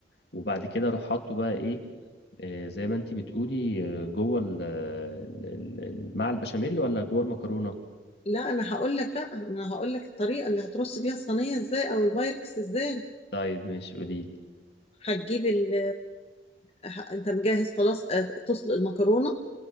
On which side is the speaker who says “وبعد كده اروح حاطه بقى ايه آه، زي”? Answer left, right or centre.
Left